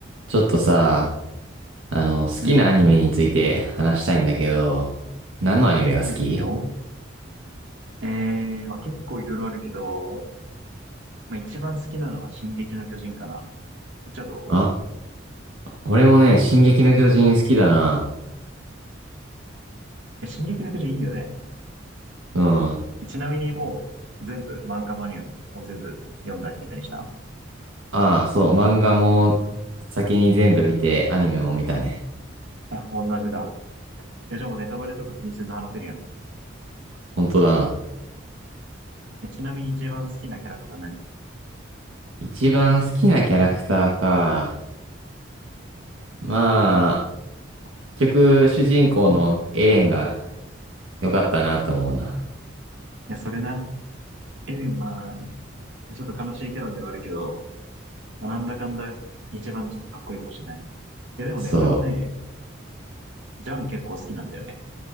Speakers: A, on the right; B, on the right.
A: ちょっとさ、あの、好きなアニメについて話したいんだけど、
B: うん。
A: 何のアニメが好き
B: うん、いいよ。えー、まあ、結構いろいろあるけど、まあ、一番好きなのは進撃の巨人かな。ちょっと、
A: あ、俺もね、進撃の巨人好きだな。
B: え進撃の巨人いいよね。
A: うん。
B: えちなみにもう、全部、漫画マニアも、もう全部読んだり見たりした
A: ああ、そう、漫画も先に全部見て、アニメも見たね。
B: いや、同じだ。え、じゃあもうネタバレとか気にせず話せるやん。
A: 本当だな。
B: え、ちなみに一番好きなキャラクター何い
A: 一番好きなキャラクターか。まあ、結局、主人公のエレンが良かったなと思うな。
B: や、それな。エレンは、ちょっと悲しいキャラではあるけど、まあ、なんだかんだ、一番ちょっとかっこいいかもしれない。いや、でもね、
A: そう。
B: 俺はね、ジャン結構好きなんだよね。